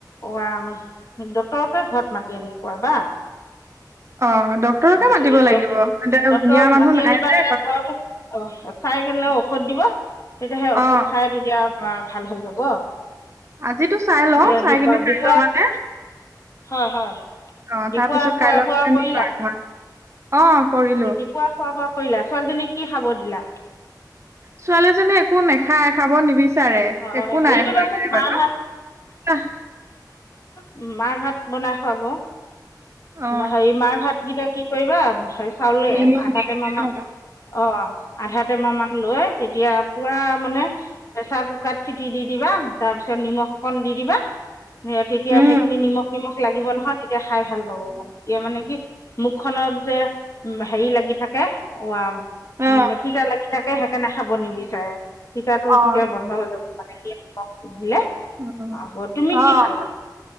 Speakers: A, on the left; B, on the right.
A: কোৱা ডক্টৰকে ঘৰত মাতি আনি কোৱা বা
B: অ ডক্তৰকে মাতিব
A: হেৰিট
B: লাগিব
A: ডক্টৰ
B: নিয়া মানুহ
A: মাতি
B: নাই
A: আনিবা
B: যে
A: তে ঘৰত চাই। কেনে ঔষধ দিব তেতিয়া সেই ঔষধ
B: অ
A: খাই তেতিয়া ভাল হৈ যাব।
B: আজিতো চাই লওঁ
A: এই
B: চাই
A: ডিপু
B: কিনে কাই
A: ডিপুৱে
B: ল মানে
A: হয় - হয়
B: অ
A: দিপা
B: তাৰ পিছত
A: খোৱা
B: কাইলৈ
A: বোৱা
B: মানে নিম
A: কৰিলা।
B: আৰু অ, কৰিলো।
A: দুপৰীয়া খোৱা বোৱা কৰিলা ছোৱালীজনীক কি খাব দিলা
B: ছোৱালীজনী একো নাখায় খাব নিবি বিচাৰে
A: অঁ
B: একো
A: হেৰি
B: নাই
A: কৰিবাচোন
B: খোৱা যাই
A: মাৰ
B: বাৰু
A: ভাত
B: আহ।
A: উম, মাৰ ভাত বনাই খুৱাব
B: অ
A: হেৰি মাৰ ভাতকেইটা কি কৰিবা খালে
B: নিমখ
A: আধা
B: দি
A: টেমাহ
B: কিনে
A: মান
B: ন
A: অ, আধা টেমাহ মান লৈ তেতিয়া পুৰা মানে প্ৰেছাৰ কুকাৰ চিটি দি দিবা তাৰ পিছত ত নিমখ অকণ দি দিবা তেতিয়া
B: উম
A: সেইখিনি নিমখ নিমখ লাগিব নহয় তেতিয়া খাই ভাল পাব মানে এ মানে কি মুখখনত যে হেৰি লাগি থাকে অ
B: অ
A: উম টিতা লাগি থাকে সেইকাৰণে খাব নিবিচাৰে টিতাটো
B: অ',
A: বন্ধ হৈ যাব মানে স সুধিলে
B: উম,
A: আকৌ তুমি
B: অ',
A: কি খালা।